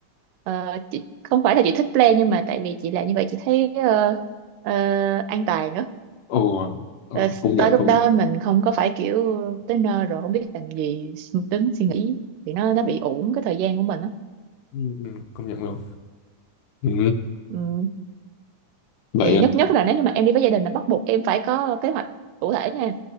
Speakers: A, on the right (about 80°); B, on the left (about 80°).
A: ờ, chị không phải là chị thích plan nhưng mà tại vì chị làm như vậy chị thấy ờ, ờ, an toàn á
B: Ồ, ồ,
A: Ờ,
B: công nhận
A: tới lúc
B: công
A: đó
B: nhận.
A: mình không có phải kiểu tới nơi rồi không biết làm gì suy tính suy nghĩ thì nó nó bị uổng cái thời gian của mình á
B: ừ, ừ, công nhận luôn Ừ,
A: Ừm,
B: vậy
A: thì
B: à.
A: nhất nhất là nếu như mà em đi với gia đình là bắt buộc em phải có kế hoạch cụ thể nha